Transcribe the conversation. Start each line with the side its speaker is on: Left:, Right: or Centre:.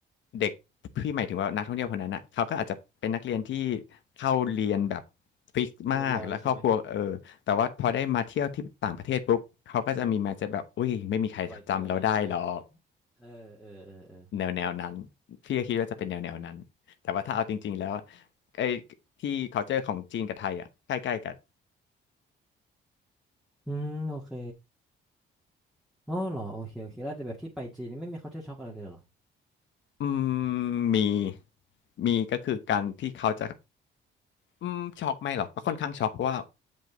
Left: เด็กพี่หมายถึงว่านักท่องเที่ยวคนนั้นอะเขาก็อาจจะเป็นนักเรียนที่เข้าเรียนแบบฟิกมากและครอบครัวเออแต่ว่าพอได้มาเที่ยวที่ต่างประเทศปุ๊บเขาก็จะมีมาจะแบบอุ้ยไม่มีใครจำเราได้หรอก
Centre: เรียบร้อยใช่ไหมปล่อยตัวหน่อยใช่ไหมเออเออเออเออ
Left: แนวแนวนั้นพี่ก็คิดว่าจะเป็นแนวแนวนั้นแต่ว่าถ้าเอาจริงๆแล้วอะไอ้ที่ culture ของจีนกับไทยอ่ะใกล้ๆกัน
Centre: อืมโอเคอ๋อเหรอโอเคโอเคแล้วแต่แบบที่ไปจีนนี่ไม่มี culture shock อะไรเลยเหรอ
Left: อืมมีมีก็คือการที่เขาจะอืมช็อกไหม่หรอกก็ค่อนข้างช็อกเพราะว่า